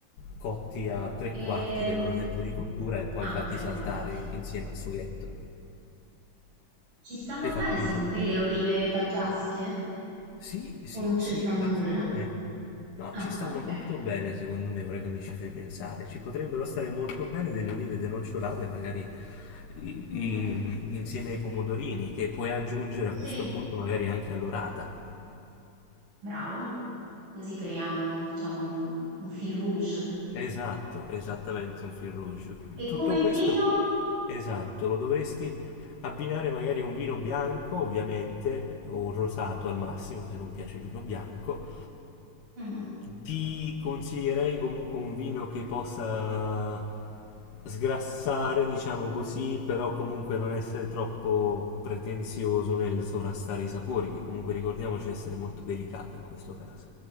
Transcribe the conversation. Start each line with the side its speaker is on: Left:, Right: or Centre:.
Left: cotti a tre quarti
Right: Ehm,
Left: del loro tempo di cottura e poi
Right: Ah,
Left: fatti
Right: tre
Left: saltare
Right: quarti.
Left: insieme al sughetto
Right: Ci stanno
Left: e
Right: bene
Left: fatti
Right: secondo
Left: risottare.
Right: te le olive taggiasche?
Left: Sì, sì,
Right: O non c'entrano
Left: sì, assolutamente.
Right: nulla?
Left: No,
Right: Ah,
Left: ci stanno
Right: okay.
Left: molto bene, secondo me, ora che mi ci fai pensare. Ci potrebbero stare molto bene delle olive denocciolate, magari i-
Right: Mh-mh.
Left: i- insieme ai pomodorini, che puoi aggiungere
Right: Sì.
Left: a questo punto magari anche all'orata.
Right: Bravo. Così creiamo facciamo un un fil rouge.
Left: Esatto, esattamente un fil rouge.
Right: E
Left: Tutto
Right: come
Left: questo,
Right: vino?
Left: esatto, lo dovresti abbinare magari a un vino bianco, ovviamente, o un rosato al massimo, se non piace il vino bianco.
Right: Mh,
Left: Ti consiglierei comunque un vino che possa sgrassare, diciamo così, però comunque non essere troppo pretenzioso nel sovrastare i sapori, che comunque ricordiamoci essere molto delicati in questo caso.